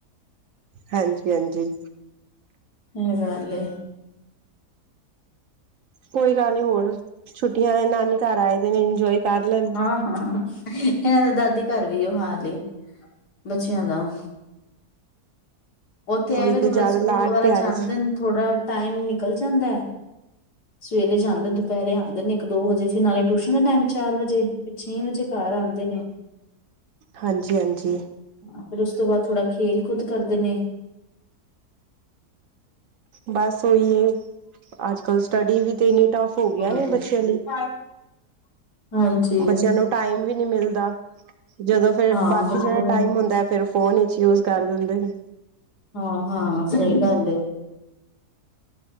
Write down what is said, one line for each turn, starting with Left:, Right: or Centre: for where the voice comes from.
Right: ਹਾਂਜੀ- ਹਾਂਜੀ
Left: ਇਹ ਗੱਲ ਏ
Right: ਕੋਈ ਗੱਲ ਨਹੀ ਹੋਰ, ਛੁੱਟੀਆਂ ਏ ਨਾਨੀ ਘਰ ਆਏ ਦੇ ਨੇ ਇੰਜੋਏ- ਕਰ ਲੈਣ
Left: ਹਾਂ, ਹਾਂ ਇਹਨਾਂ ਦਾ ਦਾਦੀ ਘਰ ਵੀ ਉਹ ਹਾਲ ਏ, ਬੱਚਿਆਂ ਦਾ। ਉੱਥੇ
Right: ਉਹੀ
Left: ਇਹ ਵੇ ਥੋੜ੍ਹਾ
Right: ਤੇ ਜ਼ਿਆਦਾ
Left: ਸਕੂਲ
Right: ਲਾਡ
Left: ਵਗੈਰਾ
Right: ਪਿਆਰ
Left: ਜਾਂਦੇ,
Right: ਚ
Left: ਥੋੜਾ- ਟਾਈਮ ਨਿਕਲ ਜਾਂਦਾ, ਸਵੇਰੇ ਜਾਂਦੇ, ਦੁਪਹਿਰੇ ਆਉਂਦੇ ਨੇ ਇੱਕ, ਦੋ ਵਜੇ, ਫਿਰ ਨਾਲੇ ਟਿਊਸ਼ਨ ਦਾ ਟਾਈਮ ਚਾਰ ਵਜੇ, ਫਿਰ ਛੇ ਵਜੇ ਘਰ ਆਉਂਦੇ ਨੇ।
Right: ਹਾਂਜੀ -ਹਾਂਜੀ
Left: ਹਾਂ ਫਿਰ ਉਸ ਤੋਂ ਬਾਅਦ ਥੋੜਾ ਖੇਲ, ਕੂਦ ਕਰਦੇ ਨੇ-
Right: ਬਸ ਉਹੀ ਹਿ, ਅੱਜ ਕੱਲ੍ਹ ਸਟੱਡੀ ਵੀ ਤੇ ਇੰਨੀ- ਟ‌ੱਫ ਹੋਗਿਆ
Left: ਹਾਂ
Right: ਇਹ ਬੱਚਿਆਂ ਲਈ।
Left: ਹਾਂਜੀ
Right: ਬੱਚਿਆਂ ਨੂੰ ਟਾਈਮ ਵੀ ਨੀ ਮਿਲਦਾ, ਜਦੋਂ ਫੇਰ
Left: ਹਾਂ
Right: ਬਾਕੀ
Left: ਬਿਲਕੁਲ
Right: ਜਿਹੜਾ ਟਾਈਮ ਹੁੰਦਾ ਫਿਰ ਫੋਨ ਵਿਚ ਯੂਜ਼ ਕਰ ਦਿੰਦੇ ਨੇ।
Left: ਹਾਂ- ਹਾਂ ਸਹੀ ਗੱਲ ਹੈ।